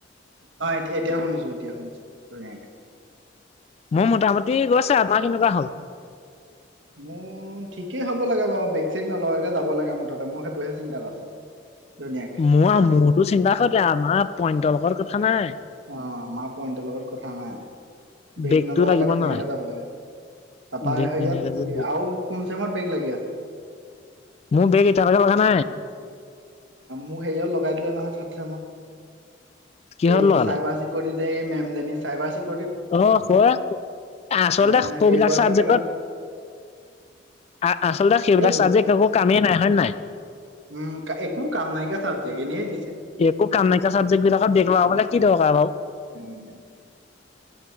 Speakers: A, on the right; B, on the left.
A: অ এয়া এতিয়া শুনিছো এতিয়া শুনিছো ধুনীয়াকে
B: মই মোটামুটি গৈছে আপাৰ কেনেকুৱা হ'ল।
A: মোৰ ঠিকেই হ'ব লাগে বাৰু বেগ চেগ নলাকে যাব লাগে মুঠতে মই সেইটোহে চিন্তাত আছো ধুনীয়াকে
B: মোৰ মোৰতো চিন্তা কৰে আমাৰ পইণ্টলোকৰ কথা নাই <unintelligible>
A: অ আমাৰ পইণ্টৰ লগত কথা নাই বেগ
B: বেগটো
A: নলাকে
B: লাগিব
A: ধুনীয়াকে
B: নালাগে
A: যাব লাগে তাৰপা
B: বেগ
A: হেয়াত
B: ধুনীয়াকে যে
A: আৰু কোন চেমত বেগ লাগি আছে
B: মোৰ বেগ এতিয়া লৈকে লগা নাই <unintelligible>
A: মোক হেৰিও লগাই দিলে নহয় ছাতে মোক
B: কিহত
A: সে
B: লগালে
A: চাইবাৰ চিকিউৰিটি <unintelligible> দে মেমজনী চাইবাক <unintelligible>
B: অ হয় আচলতে
A: এ
B: সবিলাক
A: সেইগৰাকী
B: চাবজেক্টত
A: কেনেকে
B: <unintelligible> আচলতে সেইবিলাক
A: এই
B: চাবজেক্ট একো কামেই নাই হয় নাই
A: উম একো কাম নাইকীয়া চাবজেক এনে দি
B: একো কাম নাইকা চাবজেক্ট বিলাকত বেক লগাবলে কি দৰকাৰ বাৰু <unintelligible>
A: উম